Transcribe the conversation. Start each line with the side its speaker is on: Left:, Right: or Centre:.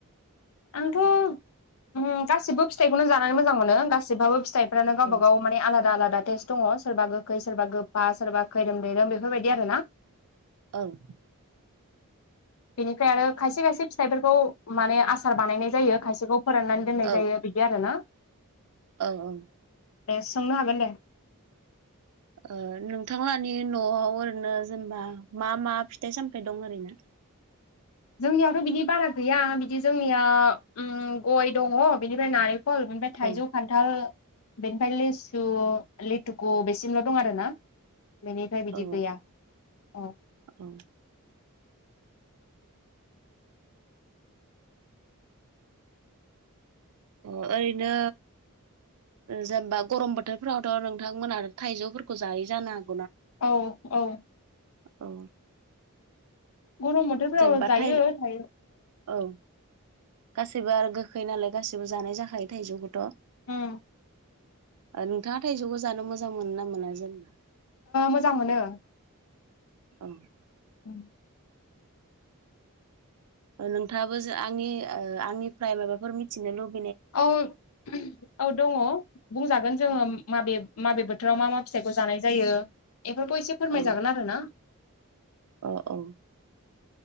Left: आंथ' उम गासिबो फिथाइखौनो जानानै मोजां मोनो गासिबाबो फिथाइफ्रानो गावबा
Right: औ
Left: गाव माने आलादा आलादा टेस् दङ सोरबा गोखै सोरबा गोफा सोरबा खैरोम दैैरोम बेफोरबायदि आरो ना।
Right: ओं
Left: बेनिफ्राय आरो खायसे खायसे फिथाइफोरखौ माने आस सार बानायनाय जायो खायसेखौ फोराननानै दोननाय
Right: औ
Left: जायो बिदि आरो ना।
Right: औ औ।
Left: दे सोंनो हागोन दे।
Right: ओ नोंथांलानि न'आव ओरैनो जेनेबा मा मा फिथाइ सामथाइ दं ओरैनो?
Left: जोंनियावथ' बिदि बारा गैया बिदि जोंनिया ओम गय दङ बिनिफ्राय नारें खल ओमफ्राय थाइजौ
Right: औ
Left: खान्थाल बेनिफ्राय लेसु लेटुखु बेसिमल' दं आरोना। बेनिफ्राय बिदि
Right: औ
Left: गैया औ।
Right: अ अ ओरैनो जेनेबा गरम बोथोरफोरावथ' नोंथांमोना थाइजौफोरखौ जायो जानांगौ।
Left: औ औ।
Right: औ।
Left: गरम बोथोरफ्राव
Right: जेनेबा
Left: जायो
Right: थाइ
Left: थायो।
Right: औ गासैबो आरो गोखै नालाय गासैबो जानाय जाखायो थाइजौखौथ'
Left: उम
Right: नोंथाङा थाइजौखौ जानो मोजां मोनो ना मोना जेनेबा?
Left: मोजां मोनो।
Right: औ।
Left: उम।
Right: नोंथाङाबो आंनि आंनिफ्राय माबाफोर मिथिनो लुबैयो।
Left: औ- औ दङ बुंजागोन जोङो माबे माबे बोथोराव मा मा फिथाइखौ जानाय जायो बेफोरखौ एसे फोरमायजागोन
Right: औ
Left: आरो ना?
Right: औ औ